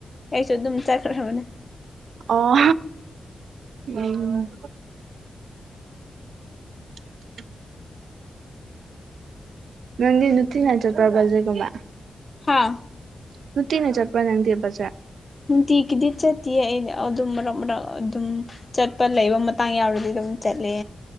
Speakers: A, on the left; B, on the right.
A: ꯑꯩꯁꯨ ꯑꯗꯨꯝ ꯆꯠꯈ꯭ꯔꯕꯅꯦ
B: ꯑꯣ ꯎꯝ <inaudible> ꯃꯪꯗꯤꯅ ꯊꯤꯅ ꯆꯄ꯭ꯔꯔꯕꯖꯔꯒ ꯃꯥ
A: ꯍꯥ
B: ꯅꯨꯡꯇꯤꯟꯅ ꯆꯠꯄ꯭ꯔꯅꯪꯗꯤ ꯕꯖꯥꯔ
A: ꯗꯤ ꯒꯤꯗꯤ ꯆꯠꯇꯤꯌꯦ ꯑꯩ ꯑꯗꯨꯝ ꯃꯔꯛ ꯃꯔꯛ ꯑꯗꯨꯝ ꯆꯠꯄ ꯂꯩꯕ ꯃꯇꯥꯡ ꯌꯥꯎꯔꯗꯤ ꯑꯗꯨꯝ ꯆꯠꯂꯦ